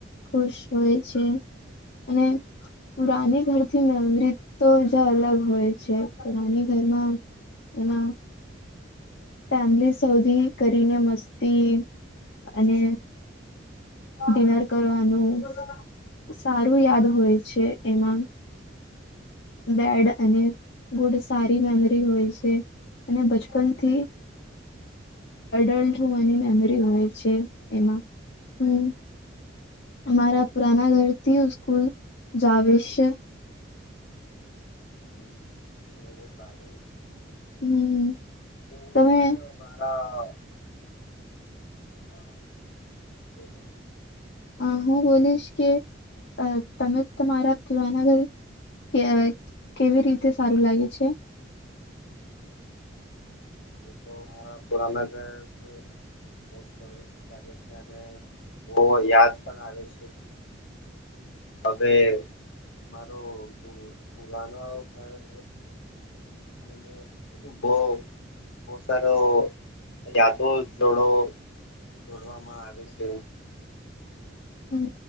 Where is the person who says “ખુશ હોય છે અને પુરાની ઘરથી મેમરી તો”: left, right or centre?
Left